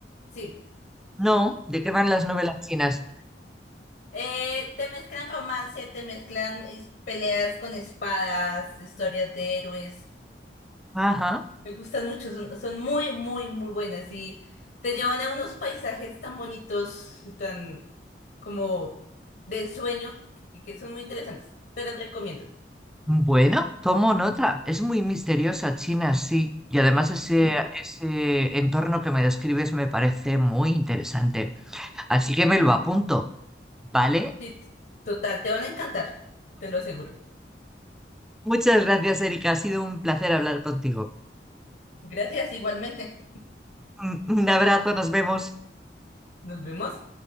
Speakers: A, on the left; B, in the centre.
A: Sí.
B: No, ¿de qué van las novelas chinas?
A: Eh, te mezclan romance, te mezclan is- peleas con espadas, historias de héroes.
B: Ajá.
A: Me gustan mucho, son, son muy, muy, muy buenas y te llevan a unos paisajes tan bonitos, y tan como de ensueño, que, que son muy interesantes. Te las recomiendo.
B: Bueno, tomo nota. Es muy misteriosa China, sí. Y además ese,
A: Ujú.
B: ese entorno que me describes me parece muy interesante. Así que me lo apunto, ¿vale?
A: Sí, t- total, te van a encantar, te lo aseguro.
B: Muchas gracias, Erika. Ha sido un placer hablar contigo.
A: Gracias, igualmente.
B: Un un abrazo, nos vemos.
A: Nos vemos.